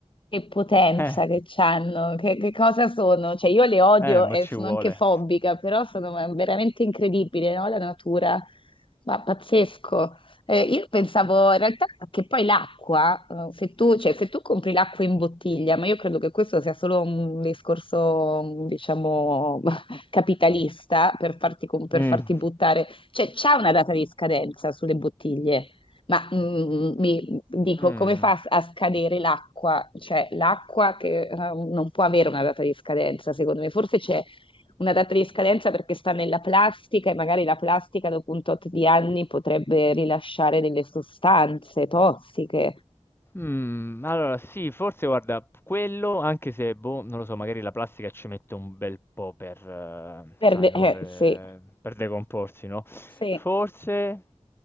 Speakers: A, on the left (about 45°); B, on the left (about 20°).
A: che potenza
B: Eh.
A: che hanno, che, che cosa sono. Cioè, io le odio
B: Eh, mo'
A: e
B: ci
A: sono
B: vuole.
A: anche fobica, però sono veramente incredibili, no? La natura, ma pazzesco. Eh, io pensavo in realtà che poi l'acqua, eh, se tu, cioè, se tu compri l'acqua in bottiglia, ma io credo che questo sia solo un discorso, diciamo, <laughs> capitalista per farti, com- per
B: Mm.
A: farti buttare, cioè c'è una data di scadenza sulle bottiglie. Ma mm, mm, mi dico,
B: Mm.
A: come fa a scadere l'acqua? Cioè, l'acqua che eh, non può avere una data di scadenza, secondo me. Forse c'è una data di scadenza perché sta nella plastica e magari la plastica dopo un tot di anni potrebbe rilasciare delle sostanze tossiche.
B: Mm, allora sì, forse guarda, quello, anche se, boh, non lo so, magari la plastica ci mette un bel po' per, eh,
A: Perde...
B: sai, no,
A: Eh,
B: eh,
A: sì,
B: per decomporsi, no?
A: sì.
B: Forse